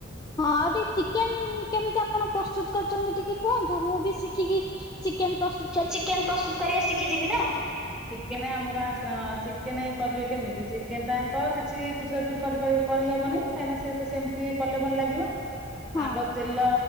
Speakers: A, on the left; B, in the centre.
A: ହଁ ଆଉ ଟିକେ ଚିକେନ କେମତି ଆପଣ ପ୍ରସ୍ତୁତ କରିଛନ୍ତି ଟିକେ କୁହନ୍ତୁ ମୁଁ ବି ଶିଖିକି ଚିକେନ ପ୍ରସ୍ତୁ
B: ଚିକେନ ପ୍ରସ୍ତୁତ କରିବା ଶିଖିଯିବି ନା। ଚିକେନ ଆମର ଆସ ଚିକେନ କରିବେ କେମିତି ଚିକେନ ଟା ତ କିଛି ପିଛଡ଼ା ଫୀର କରିପା କରିହେବନି କାହିଁକିନା ସେ ତ ସେମିତି କଲେ ଭଲ ଲାଗିବ।
A: ହଁ
B: ଆଗ ତେଲ